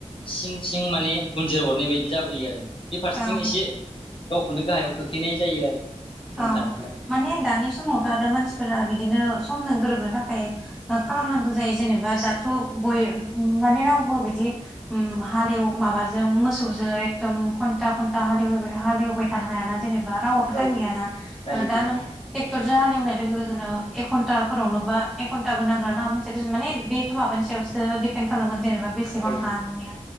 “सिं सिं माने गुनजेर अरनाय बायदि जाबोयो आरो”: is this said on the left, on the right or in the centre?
Left